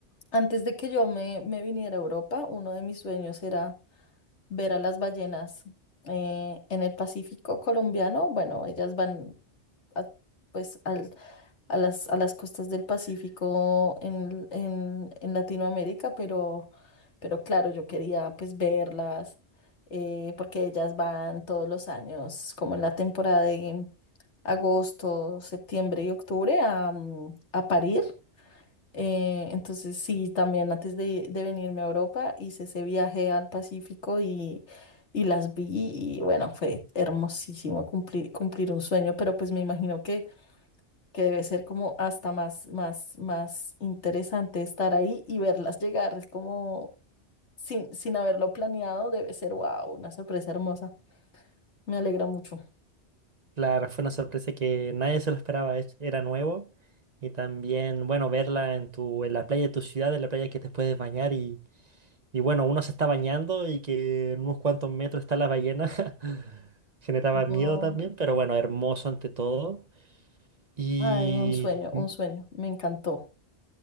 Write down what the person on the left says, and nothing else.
antes de que yo me, me viniera a Europa, uno de mis sueños era ver a las ballenas eh, en el Pacífico colombiano. Bueno, ellas van a, pues al- a las, a las costas del Pacífico en, en- en Latinoamérica, pero, pero claro, yo quería pues verlas eh, porque ellas van todos los años, como en la temporada de agosto, septiembre y octubre a, mm, a parir. Eh, entonces sí, también antes de, de venirme a Europa hice ese viaje al Pacífico y, y las vi y bueno, fue hermosísimo cumplir, cumplir un sueño, pero pues me imagino que, que debe ser como hasta más, más, más interesante estar ahí y verlas llegar, es como sin, sin haberlo planeado, debe ser wow, una sorpresa hermosa, me alegra mucho.
No,
Ay, un sueño,
un sueño, me encantó.